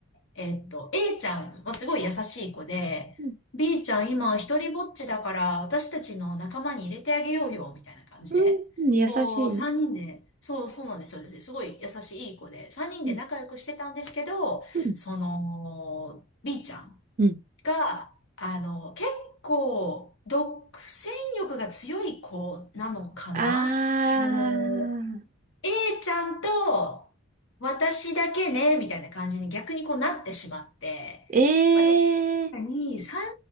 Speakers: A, on the left (about 60°); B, on the right (about 35°).
A: えっと、A ちゃんはすごい優しい子で、
B: うん、
A: B ちゃん今一人ぼっちだから私たちの仲間に入れてあげようよ、みたいな感じで。
B: うん、優しい。
A: こう、三人で、そうそうなんですよ。すごい優しいいい子で、三人で仲良くしてたんですけど、
B: うん、うん、
A: その、B ちゃん
B: うん。
A: が、あの、結構、独占欲が強い子なのかなあの
B: ああ、
A: A ちゃんと私だけね、みたいな感じに逆にこうなってしまって。
B: ええー、
A: まあでも、確かに3